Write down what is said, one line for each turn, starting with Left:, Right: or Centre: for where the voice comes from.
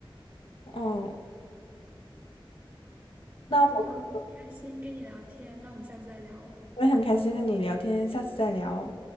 Left: 哦，
Right: 好的，
Left: 那我
Right: 那很开心跟你聊天，那我们下次再聊哦。
Left: 我也很开心和你聊天，下次再聊。